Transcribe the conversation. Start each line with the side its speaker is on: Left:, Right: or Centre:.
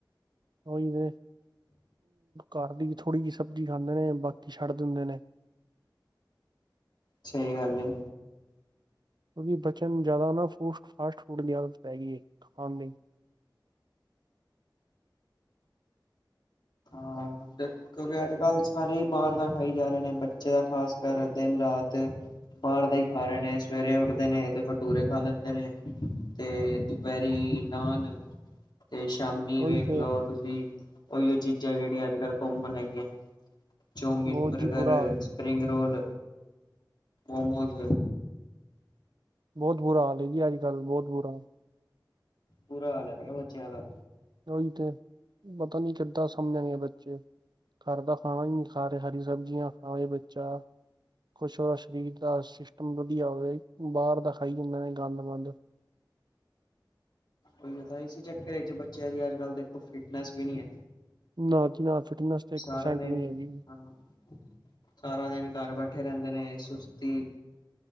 Right: ਉਹੀ ਨੇ ਘਰ ਦੀ ਥੋੜੀ ਜਿਹੀ ਸਬਜ਼ੀ ਖਾਂਦੇ ਨੇ ਬਾਕੀ ਛੱਡ ਦਿੰਦੇ ਨੇ।
Left: ਸਹੀ ਗੱਲ ਏ।
Right: ਕਿਉਂਕਿ ਬੱਚਿਆਂ ਨੂੰ ਜ਼ਿਆਦਾ ਫੂ ਫਾਸਟ ਫੂਡ ਦੀ ਆਦਤ ਪੈ ਗਈ ਹੈ ਖਾਣ ਲਈ।
Left: ਹਾਂ, ਕਿਉਂਕਿ ਅੱਜ ਕੱਲ੍ਹ ਸਾਰੇ ਹੀ ਬਾਹਰ ਦਾ ਖਾਈ ਜਾ ਰਹੇ ਨੇ ਬੱਚਾ ਖਾਸ ਕਰ ਦਿਨ ਰਾਤ। ਬਾਹਰ ਦਾ ਹੀ ਖਾ ਰਹੇ ਨੇ ਸਵੇਰੇ ਉੱਠਦੇ ਨੇ ਤੇ ਭਟੂਰੇ ਖਾ ਲੈਂਦੇ ਨੇ। ਤੇ ਦੁਪਹਿਰੀ ਨਾਨ। ਤੇ ਸ਼ਾਮੀ
Right: ਉਹੀ
Left: ਵੇਖ
Right: ਤੇ
Left: ਲਓ ਤੁਸੀਂ ਉਹੀਓ ਚੀਜ਼ਾਂ ਜਿਹੜੀਆਂ ਅੱਜ -ਕੱਲ੍ਹ ਕੋਮਣ ਹੈਗੀਆਂ। ਚੌਮੀਨ,
Right: ਬਹੁਤ
Left: ਬਰਗਰ,
Right: ਜੀ ਬੁਰਾ ਹਾਲ-
Left: ਸਪ੍ਰਿੰਗ ਰੋਲ, ਮੋਮੋਜ਼।
Right: ਬਹੁਤ ਬੁਰਾ ਹਾਲ ਹੈ ਜੀ ਅੱਜ ਕੱਲ੍ਹ ਬਹੁਤ ਬੁਰਾ
Left: ਬੁਰਾ ਹਾਲ ਹੈਗਾ ਬੱਚਿਆਂ ਦਾ।
Right: ਉਹੀ ਤੇ, ਪਤਾ ਨੀ ਕਿੱਦਾਂ ਸਮਝਣਗੇ ਬੱਚੇ। ਘਰ ਦਾ ਖਾਣਾ ਹੀ ਨੀ ਖਾ ਰਹੇ, ਹਰੀ ਸਬਜ਼ੀਆਂ ਖਾਵੇ ਬੱਚਾ ਕੁਛ ਹੋਆ ਸਰੀਰ ਦਾ ਸਿਸਟਮ ਵਧੀਆ ਹੋਵੇ, ਬਾਹਰ ਦਾ ਖਾਈ ਜਾਂਦੇ ਨੇ ਗੰਦ ਮੰਦ।
Left: ਉਹੀ ਤੇ ਇਸ ਚੱਕਰ ਚ ਬੱਚਿਆਂ ਦੀ ਅੱਜ- ਕੱਲ ਦੇਖੋ ਫਿਟਨਸ ਵੀ ਨੀ ਹੈ।
Right: ਨਾ ਜੀ ਨਾ ਫਿਟਨੈਸ ਤੇ ਇੱਕ
Left: ਸਾਰਾ
Right: ਪਰਸੈਂਟ
Left: ਦਿਨ
Right: ਵੀ ਹੈਗੀ ਜੀ।
Left: ਹਾਂ ਸਾਰਾ ਦਿਨ ਘਰ ਬੈਠੇ ਰਹਿੰਦੇ ਨੇ ਸੁਸਤੀ।